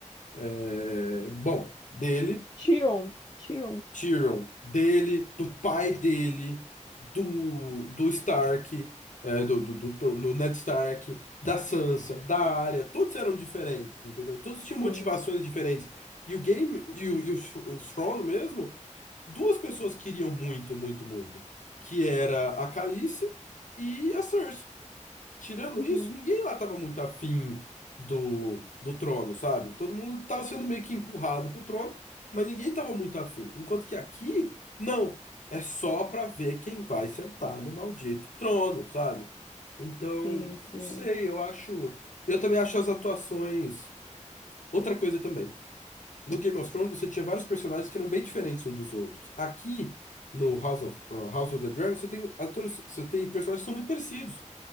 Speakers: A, on the left; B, on the left.
A: É, bom, dele,
B: Tiron, Tiron,
A: Tyrion, dele, do pai dele, do, do Stark, é, do, do, do, do Ned Stark, da Sansa, da Arya, todos eram diferentes, entendeu? Todos tinham
B: sim.
A: motivações diferentes. E o game, e o, e o, Sh- o Thrawn mesmo, duas pessoas queriam muito, muito, muito, que era a Khaleesi e a Cersei. Tirando
B: Uhum,
A: isso, ninguém lá estava muito afim do, do trono, sabe? Todo mundo estava sendo meio que empurrado pro trono, mas ninguém estava muito afim. Enquanto que aqui, não. É só para ver quem vai sentar no maldito trono, sabe? Então,
B: sim, sim,
A: não sei, eu acho. Eu também acho as atuações. Outra coisa também. No Game of Thrones você tinha vários personagens que eram bem diferentes uns dos outros. Aqui, no House of, uh, House of the Dragon, você tem atores, você tem personagens que são muito parecidos.